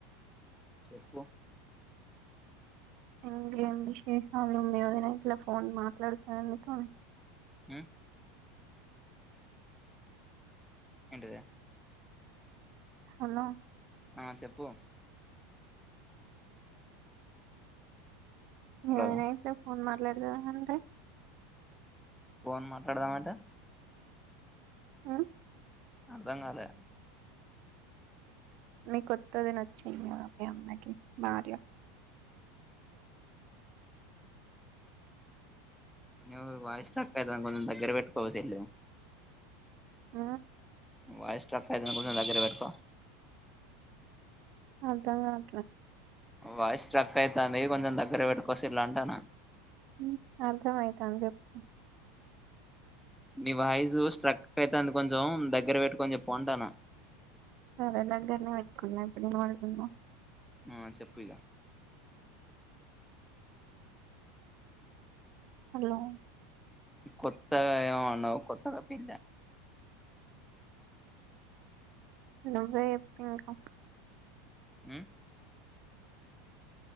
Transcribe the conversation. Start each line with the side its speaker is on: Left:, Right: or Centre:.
Centre: చెప్పు
Right: ఇంకేం విశేషాలు మీ వధదన గీట్లా ఫోన్ మాట్లాడుతారనీతోని
Centre: హు ఏంట దే
Right: హలో
Centre: ఆ చెప్పు
Right: మీ
Centre: హలో
Right: వదిన గిట్ల ఫోన్ ఫోన్ మాట్ ఇలాంటి దా అంటే
Centre: పోన్ మాట్లాడుదమంటే
Right: ఊ
Centre: అర్ధంకాలే
Right: నీ కొత్త వదిన వచ్చింది కదా మీ అన్నకి భార్య
Centre: నువ్వు వాయిస్ స్ట్రక్ అవుతుంది కొంచెం దగ్గర పెట్టుకోవె సెల్లు
Right: ఊ
Centre: వాయిస్ స్ట్రక్ అవుతుంది కొంచం దగ్గరపెట్టుకో
Right: అర్ధం కావట్లేదు
Centre: వాయిస్ స్ట్రక్ అయితాంది కొంచం దగ్గరపెట్టుకో సెల్లు అంటన్న
Right: ఊమ అర్థమైతాంది చెప్ప
Centre: మీ వాయిసు స్ట్రక్ అయితాంది కొంచెం దగ్గర పెట్టుకొని చెప్పు అంటున్న
Right: సరే దగ్గరన పెట్టుకొన్న ఇప్పుడు వినపడుతుందా
Centre: ఆ చెప్పు ఇగా
Right: హలో
Centre: కొత్తగా ఏమన్నావ్ కొత్తగా పెళ్లి
Right: నువ్వే చెప్పు ఇంకా
Centre: ఊ